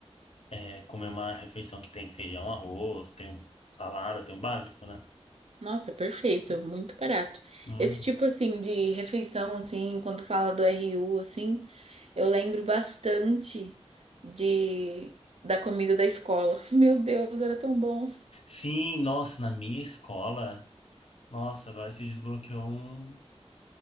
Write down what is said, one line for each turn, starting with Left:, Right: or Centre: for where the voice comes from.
Left: é, comer uma refeição que tem feijão, arroz, tem um salada, tem o básico, né?
Right: Nossa, perfeito, muito barato.
Left: Hum.
Right: Esse tipo assim de refeição assim, quando fala do RU assim, eu lembro bastante de da comida da escola. <laughs> Meu Deus, era tão bom.
Left: Sim, nossa, na minha escola, nossa, agora se desbloqueou um-